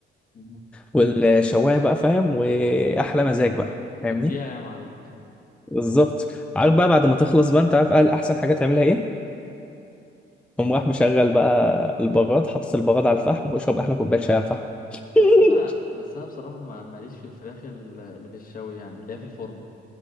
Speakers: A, on the left; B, in the centre.
A: مم.
B: والشوايه بقى فاهم واحلى مزاج بقى
A: واديها
B: فاهمني
A: يا معلم
B: بالظبط عارف بقى بعد ما تخلص بقى انت عارف قال احسن حاجه تعملها ايه قوم راح مشغل بقى البراد حاطط البراد على الفحم واشرب احلى كوبايه شاي على الفحم <laughs>
A: بس انا بس انا بصراحه ما- ماليش في الفراخ ال- اللي في الشوي يعني اللي هي في الفرن